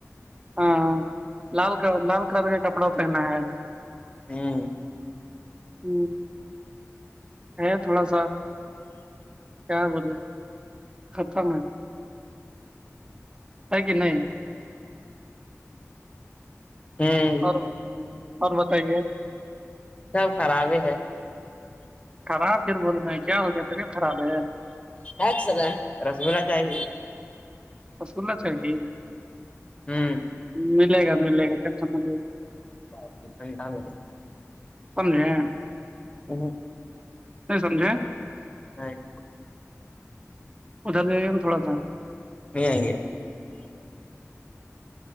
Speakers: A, on the right (about 20°); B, on the left (about 25°).
A: ہاں لال ک لال کلر کا کپڑا پہنا ہے
B: ہوں
A: ہ ہے تھوڑا سا کیا ب خا ہے ت کہ نہیں
B: ہمم
A: اور اور بتائیے
B: سب خراب ہے
A: خراب پھر بول رہے ہیں کیا ہو گیا تبے خراب ہے
B: کیا چل رس گلہلا چاہی
A: سننا چاہیں گے
B: ہوں
A: ملے گا ملے گا سمجے گا
B: <unintelligible>
A: <unintelligible>
B: ہوں
A: نہیں سمجھے
B: نہیں
A: ادھر جائے ہم تھوڑا سا
B: نہیں آئیں گے